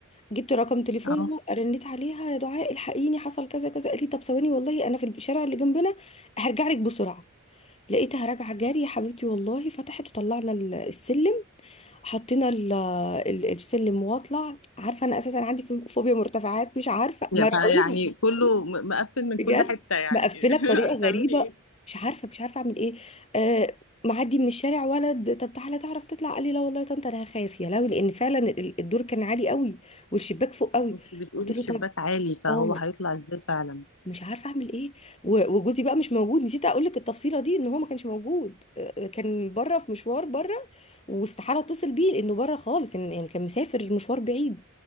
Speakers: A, on the left; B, on the left.
A: جبت رقم تليفونها
B: اه
A: رنيت عليها يا دعاء الحقيني حصل كذا كذا قالت لي طب ثواني والله انا في الشارع اللي جنبنا هرجع لك بسرعه لقيتها راجعه جاري يا حبيبتي والله فتحت وطلعنا ال- السلم حطينا ال- ال- السلم واطلع عارفه انا اساسا عندي فو- فوبيا مرتفعات مش عارفه
B: يا-
A: مرعوب
B: فيعني كله م- مقفل من
A: بجد
B: كل حته يعني
A: مقفله بطريقه
B: <laughs> هتعملي
A: غريبه
B: ايه
A: مش عارفه مش عارفه اعمل ايه آه معدي من الشارع ولد طب تعالى تعرف تطلع قال لي لا والله يا طنط انا خايف يا لهوي لان فعلا ال- الدور كان عالي قوي والشباك فوق قوي
B: انت بتقولي
A: قلت له
B: الشباك
A: طب
B: عالي فهو
A: اه
B: هيطلع ازاي فعلا
A: مش عارفه اعمل ايه و- وجوزي بقى مش موجود نسيت اقول لك التفصيله دي ان هو ما كانش موجود آه، كان بره في مشوار بره واستحاله اتصل بيه انه بره خالص إن- يعني كان مسافر المشوار بعيد